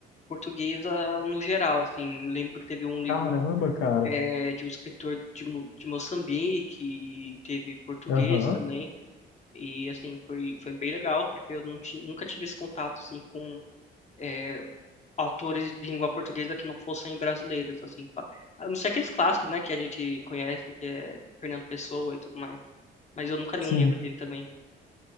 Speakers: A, on the left; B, on the left.
A: portuguesa no geral assim lembro que teve um livro
B: Caramba, cara.
A: é, de um escritor de, Mo- de Moçambique, e teve português
B: Aham,
A: também. E assim, foi, foi bem legal, porque eu não ti- nunca tive esse contato assim com é, autores de língua portuguesa que não fossem brasileiros, assim, fa- a não ser aqueles clássicos, né, que a gente conhece, que é Fernando Pessoa e tudo mais. Mas eu nunca li
B: sim.
A: um livro dele também.